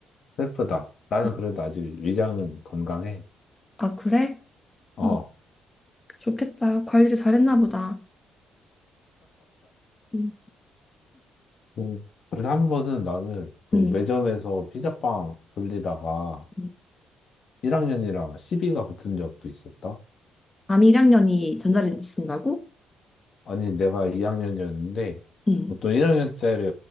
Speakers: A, on the left; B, on the left.
A: 슬프다. 나는
B: 음.
A: 그래도 아직 위장은 건강해.
B: 아, 그래?
A: 어.
B: 어, 좋겠다. 관리를 잘했나 보다. 음.
A: 그- 그래서 한 번은 나는 그
B: 음.
A: 매점에서 피자빵 돌리다가
B: 음.
A: 1학년이랑 시비가 붙은 적도 있었다.
B: 남이 1학년이 전자레인지 쓴다고?
A: 아니, 내가 2학년이었는데
B: 응,
A: 어떤 1학년짜리